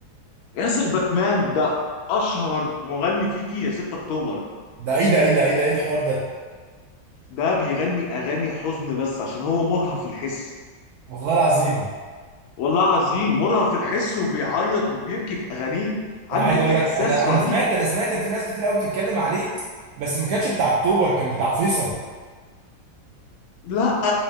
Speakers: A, on the left (about 90°); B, on the right (about 90°).
A: ياسر باتمان ده اشهر مغني فيكي يا 6 اكتوبر
B: ده ايه ده ايه ده ايه ده ايه الحوار ده
A: ده بيغني اغاني حزن بس عشان هو مرهف الحس
B: والله العظيم
A: والله عظيم مرهف الحس وبيعيط وبيبكي في اغانيه عنده
B: انا عايز اقول لك
A: احساس
B: انا
A: رهيب
B: انا سمعت انا سمعت ان في ناس كتير قوي بتتكلم عليه بس ما كانش بتاع اكتوبر كان بتاع فيصل
A: لا